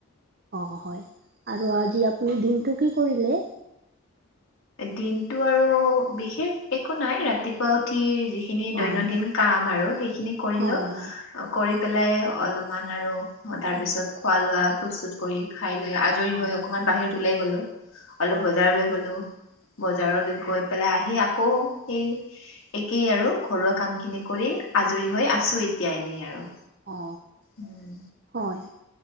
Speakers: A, on the right; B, on the left.
A: অ হয় আৰু আজি আপুনি দিনটো কি কৰিলে
B: দিনটো আৰু বিশেষ একো নাই ৰাতিপুৱা উঠি যিখ খিনি
A: হয়
B: দৈনন্দিন
A: হয়
B: কাম আৰু সেইখিনি কৰিলো
A: হয় হয়
B: কৰি পেলাই অলমান আৰু তাৰপিছত খোৱা লোৱা প্ৰস্তুত কৰি খাই লৈ আজ জৰি
A: হয়
B: হৈ অকমান
A: হয় হয়
B: বাহিৰত ওলাই গ'লো অলপ
A: হয়
B: বজাৰলে
A: হয়
B: গলো বজাৰলৈ গৈ পেলাই আহি আকৌ সেই একেই আৰু ঘৰুৱা কাম সেইখিনি কৰি
A: হয়
B: আজৰি হৈ আছো এতিয়া এনেই আৰু
A: অ
B: উম
A: হয়